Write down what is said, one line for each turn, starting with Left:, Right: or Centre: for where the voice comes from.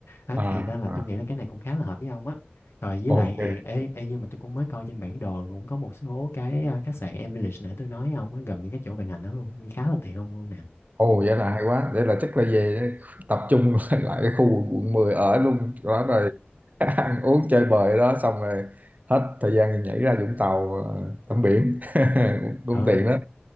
Left: Đó,
Right: à
Left: thì nên là
Right: à
Left: tôi nghĩ là cái này cũng khá là hợp với ông á rồi với
Right: ok
Left: lại thì ê, ê, nhưng mà tôi cũng mới coi trên bản đồ cũng có một số cái à, khách sạn em Village nãy tôi nói ông á gần những cái chỗ vận hành đó luôn khá là tiện ông luôn nè
Right: Ồ
Left: ừ.
Right: vậy là hay quá Vậy là chắc là về tập trung <laughs> lại cái khu quận 10 ở luôn đó rồi <laughs> ăn uống chơi bời đó xong rồi hết thời gian thì nhảy ra Vũng Tàu ờ, tắm biển <laughs> cũng, cũng
Left: ừ
Right: tiện đó